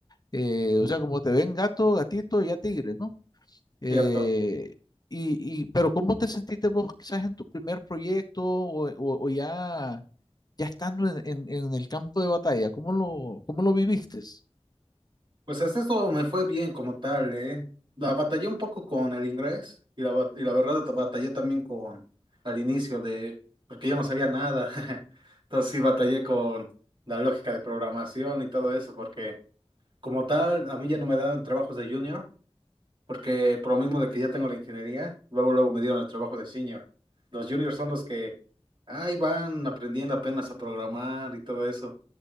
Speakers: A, on the left; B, on the right.
A: Eh, o sea, como te ven gato, gatito y ya tigre, ¿no? Eh,
B: Cierto.
A: y, y, pero ¿cómo te sentiste vos quizás en tu primer proyecto o, o- o ya, ya estando en, en- en el campo de batalla? ¿Cómo lo, cómo lo viviste?
B: Pues hasta esto me fue bien como tal, ¿eh? La batallé un poco con el inglés y la, bat- y la verdad batallé también con al inicio de, porque yo no sabía nada. <laughs> Entonces sí batallé con la lógica de programación y todo eso, porque como tal, a mí ya no me daban trabajos de junior porque por lo mismo de que ya tengo la ingeniería, luego luego me dieron el trabajo de senior. Los juniors son los que ahí van aprendiendo apenas a programar y todo eso,